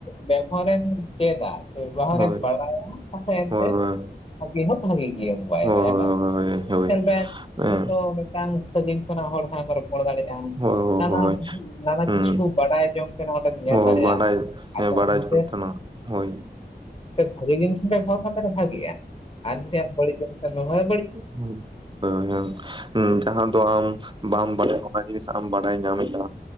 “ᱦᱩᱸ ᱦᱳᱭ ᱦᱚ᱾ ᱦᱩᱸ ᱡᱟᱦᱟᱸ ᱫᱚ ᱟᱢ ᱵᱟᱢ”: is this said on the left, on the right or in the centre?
Right